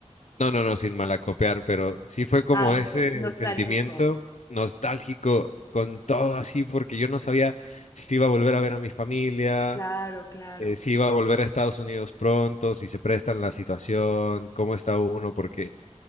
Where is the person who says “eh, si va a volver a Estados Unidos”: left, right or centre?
Left